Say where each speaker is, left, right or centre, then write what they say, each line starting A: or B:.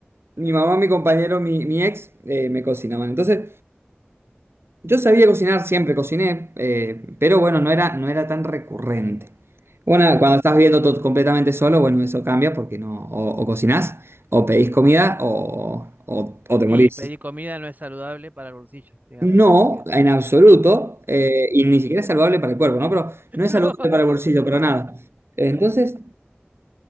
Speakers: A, on the right; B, on the right.
A: Mi mamá, mi compañero, mi, mi ex eh, me cocinaban. Entonces, yo sabía cocinar, siempre cociné, eh, pero bueno, no era, no era tan recurrente. Bueno,
B: Claro.
A: cuando estás viendo todo completamente solo, bueno, eso cambia porque no, o, o cocinás, o pedís comida, o, o- o te morís.
B: Y pedir comida no es saludable para el bolsillo, digamos,
A: No,
B: así que
A: en absoluto, eh, y ni siquiera es saludable para el cuerpo, ¿no? Pero
B: <laughs>
A: no es
B: no.
A: saludable para el bolsillo, pero nada. Entonces,